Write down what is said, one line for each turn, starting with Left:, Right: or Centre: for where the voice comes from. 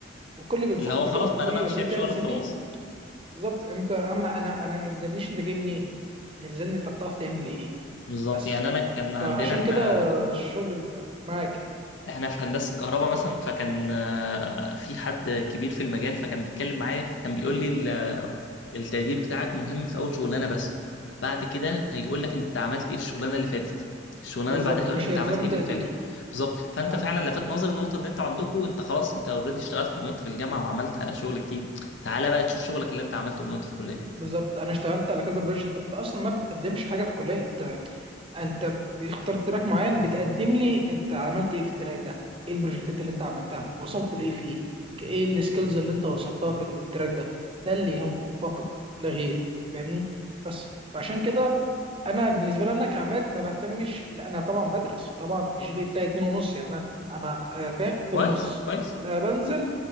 Right: والكل بينصحك
Left: اللي هو
Right: بكده
Left: خلاص ما
Right: كل
Left: دام انا
Right: لما
Left: شايف
Right: تيجي تعمل
Left: شغل
Right: سي
Left: خلاص
Right: في بالظبط انت اما انا انا ما يلزمنيش انت جاي منين انا يلزمني انت بتعرف تعمل ايه
Left: بالظبط
Right: بس
Left: يعني انا كان عندنا
Right: فعشان
Left: احنا
Right: كده الشغل اللي معاك
Left: احنا في هندسة كهرباء مثلا فكان آه، في حد كبير في المجال فكان بيتكلم معايا فكان بيقول لي ال- التقدير بتاعك مهم في اول شغلانة بس بعد كده هيقول لك انت عملت ايه في الشغلانة اللي فاتت الشغلانة
Right: بالظبط
Left: اللي بعدها هيقول
Right: مش
Left: لك انت
Right: هيلزم
Left: عملت ايه
Right: تقدير
Left: في اللي فاتوا بالظبط فانت
Right: فعلا
Left: فعلا لفت نظري النقطة ان انت عندكم انت خلاص انت اوريدي اشتغلت من وانت في الجامعة وعملت شغل كتير تعالى بقى نشوف شغلك اللي انت عملته من وانت في الكلية
Right: بالظبط انا اشتغلت على كذا بروجكت انت اصلا ما بتقدمش حاجه في الكليه انت انت بيختار تراك معين بتقدم لي انت عملت ايه في التراك ده ايه البروجكتات اللي انت عملتها وصلت لايه فيه ك- ايه السكيلز اللي انت وصلتها في التراك ده ده اللي يهمك فقط لا غير فاهمني بس فعشان كده انا بالنسبه لي انا كعماد ما بهتمش بال- انا طبعا بدرس طبعا الجي بي إيه بتاعي اتنين ونص يعني انا انا آه، فا- في
Left: كويس
Right: النص
Left: كويس
Right: لا بنزل